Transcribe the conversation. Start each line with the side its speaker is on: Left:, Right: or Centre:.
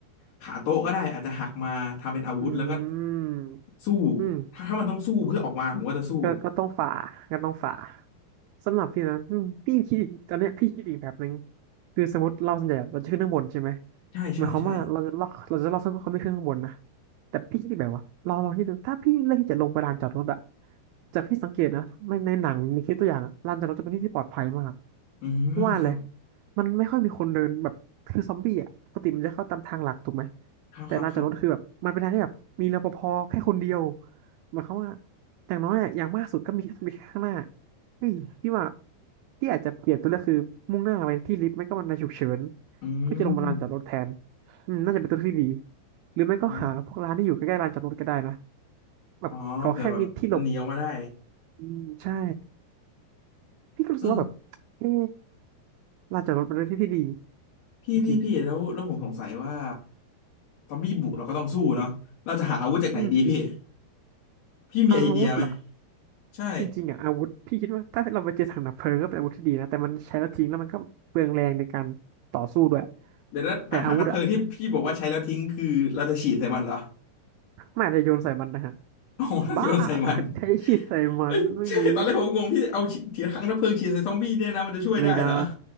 Left: ขาโต๊ะก็ได้อาจจะหักมาทำเป็นอาวุธแล้วก็
Right: อืม
Left: สู้
Right: อืม
Left: ถ้าถ้ามันต้องสู้เพื่อออกมาผมก็จะสู้
Right: ก็ก็ต้องฝ่าก็ต้องฝ่าสำหรับพี่นะอืมพี่คิดอีกตอนเนี้ยพี่คิดอีกแบบหนึ่งคือสมมติเราส่วนใหญ่เราจะขึ้นข้างบนใช่ไหม
Left: ใช่ใช่ใช่
Right: หมายความว่าเราจะล็อกเราจะล็อกเซิร์ฟเวอร์เขาไม่ขึ้นข้างบนนะแต่พี่คิดอีกแบบว่าเราลองคิดดูถ้าพี่เลือกที่จะลงไปลานจอดรถอะจากที่สังเกตนะไม่ในหนังในคลิปตัวอย่างอะลานจอดรถจะเป็นที่ที่ปลอดภัยมาก
Left: อืมครับ
Right: ว่าเลยมันไม่ค่อยมีคนเดินแบบคือซอมบี้อะปกติมันจะเข้าตามทางหลักถูกไหม
Left: ครับครับครับ
Right: แต่ลานจอดรถคือแบบมันเป็นทางที่แบบมีรปภแค่คนเดียวหมายความว่า อย่างน้อยอะอย่างมากสุดก็มีแค่มีแค่ข้างหน้าเฮ้ยพี่ว่าพี่อาจจะเปลี่ยนตัวเลือกคือมุ่งหน้าไปที่ลิฟต์ไม่ก็บันไดฉุกเฉิน
Left: อื
Right: เพื่อจะลงมาลานจอดรถแทน
Left: ม
Right: อืมน่าจะเป็นตัวเลือกที่ดีหรือไม่ก็หาพวกร้านที่อยู่ใกล้ๆลานจอดรถก็ได้นะ
Left: อ๋อ
Right: แบบขอแค่มีที่หลบ
Left: อ๋อเผื่อแบบมันหนีออกมาได้
Right: อืมใช่พี่ก็รู้สึกว่าแบบเออ
Left: เออ
Right: ลานจอดรถเป็นเื่อที่ที่ดี
Left: พี่พี่พี่แล้วแล้วผมสงสัยว่า
Right: จริง
Left: ซอมบี้บุกเราก็ต้องสู้เนาะเราจะหาอาวุธจากไหนดีพี่
Right: ๆอืม
Left: พี่มีไอเดียไหม
Right: อาวุธเหรอ
Left: ใช่
Right: จริงๆอ่ะอาวุธพี่คิดว่าถ้าเราไปเจอถังดับเพลิงก็เป็นอาวุธที่ดีนะแต่มันใช้แล้วทิ้งแล้วมันก็เปลืองแรงในการต่อสู้ด้วย
Left: เดี๋ยวนะถังถังดับเพลิงที่พี่บอกว่าใช้แล้วทิ้งคือเราจะฉีดใส่มันเหรอ
Right: แต่อาวุธอ่ะ ไม่อาจจะโยนใส่มันนะฮะ
Left: โอ้ <laughs> โหเราโยนใส่มัน
Right: บ้าใคัดใช้ชีดใส่มันไม่มี
Left: เอ้ยใช่ตอนแรกผมงงพี่เอาฉีดถังดับเพลิงฉีดใส่ซอมบี้เนี่ยนะมันจะช่วยได้เหรอ
Right: ไม่ได้